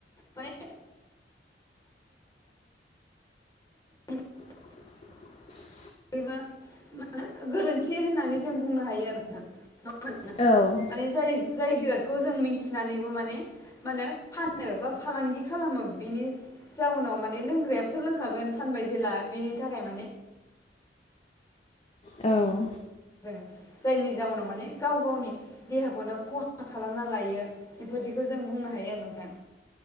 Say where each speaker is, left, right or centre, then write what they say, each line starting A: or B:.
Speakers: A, on the left; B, on the left.
A: माने <unintelligible> <unintelligible>
B: <inaudible>
A: निबो गोरोन्थि होननानै जों बुंनो हायो आरो नोंथां <unintelligible>
B: औ
A: जाय जाय जिरादखौ जों मिन्थिनानैबो माने मा होनो फानो बा फालांगि खालामो बिनि जाउनाव माने लोंग्रायाबोथ' लोंखागोन फानबाय जेला बिनि थाखाय माने
B: औ
A: जों जायनि जाउनाव माने गाव गावनि देहाखौनो खहा खालामना लायो इफोरदिखौ जों बुंनो हायो आरो नोंथां